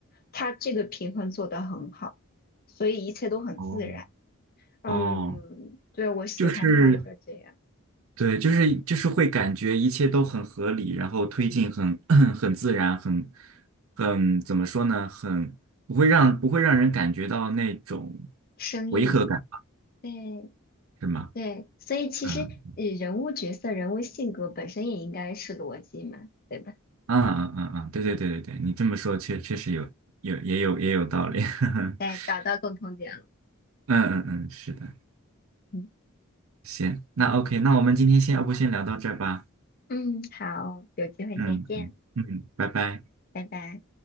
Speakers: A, on the left; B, on the right.
A: 他这个平衡做得很好，所以一切都很自然。
B: 哦
A: 嗯，
B: 哦，
A: 对，我喜欢他就这样，
B: 就是。对，就是就是会感觉一切都很合理，然后推进很 <coughs> <clears throat> 很自然，很很怎么说呢？很不会让不会让人感觉到那种
A: 生硬。
B: 违和感，
A: 对
B: 是吗？
A: 对，所以其实呃人物角色、
B: 嗯
A: 人物性格本身也应该是逻辑嘛，对吧？
B: 嗯嗯嗯嗯，对对对对对，你这么说确确实有有也有也有道理。<laughs>
A: 对，找到共同点了。
B: 嗯嗯嗯，是的，
A: 嗯
B: 行，那 OK，那我们今天先要不先聊到这儿吧？
A: 嗯，好，有机会再见，
B: 嗯嗯嗯，拜拜。
A: 拜拜。